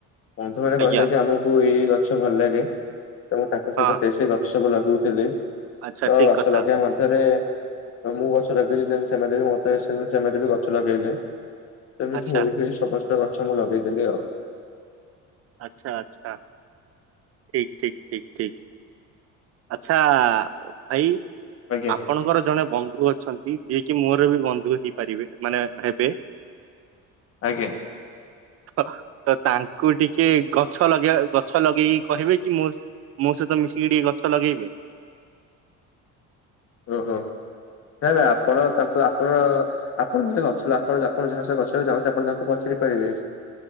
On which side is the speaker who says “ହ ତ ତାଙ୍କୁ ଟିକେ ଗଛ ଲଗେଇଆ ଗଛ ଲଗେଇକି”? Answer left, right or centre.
Right